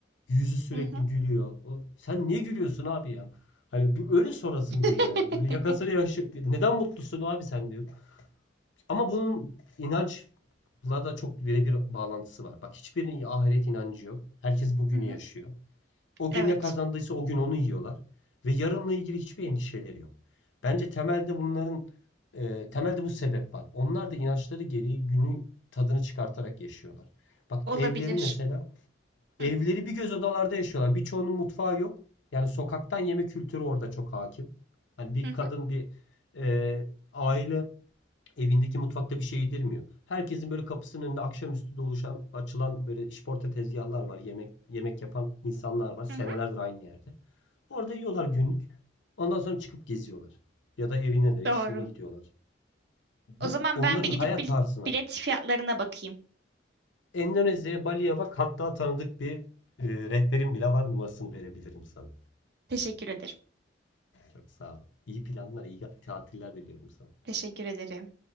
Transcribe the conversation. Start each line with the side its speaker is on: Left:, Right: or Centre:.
Left: Yüzü sürekli
Right: Hı hı.
Left: gülüyor. O, sen niye gülüyorsun abi ya? Hani bir öyle sorasım
Right: <laughs>
Left: geliyor yani. Böyle yakasını yaşı neden mutlusun abi sen diyor. Ama bunun inanç Bunlar da çok birebir bağlantısı var. Bak hiçbirinin ahiret inancı yok. Herkes bugünü
Right: Hı hı.
Left: yaşıyor. O
Right: Evet.
Left: gün ne kazandıysa o gün onu yiyorlar. Ve yarınla ilgili hiçbir endişeleri yok. Bence temelde bunların e, temelde bu sebep var. Onlar da inançları gereği günü tadını çıkartarak yaşıyorlar. Bak
Right: Olabilir.
Left: evleri mesela
Right: Hı,
Left: evleri bir göz odalarda yaşıyorlar. Birçoğunun mutfağı yok. Yani sokaktan yeme kültürü orada çok hakim. Hani bir
Right: hı
Left: kadın
Right: hı,
Left: bir e, aile evindeki mutfakta bir şey yedirmiyor. Herkesin böyle kapısının önünde akşamüstü de oluşan, açılan böyle işporta tezgahlar var. Yemek yemek yapan insanlar var. Senelerdir
Right: hı hı.
Left: aynı yerde. Orada yiyorlar günlük. Ondan sonra çıkıp geziyorlar. Ya da evine de
Right: Doğru.
Left: işlerine gidiyorlar. Bu
Right: O zaman
Left: onların
Right: ben bir
Left: hayat
Right: gidip bilet,
Left: tarzına.
Right: bilet fiyatlarına bakayım.
Left: Endonezya'ya, Bali'ye bak. Hatta tanıdık bir e, rehberim bile var. Numarasını verebilirim sana.
Right: Teşekkür ederim.
Left: Çok sağ ol. İyi planlar, iyi tatiller diliyorum sana.
Right: Teşekkür ederim.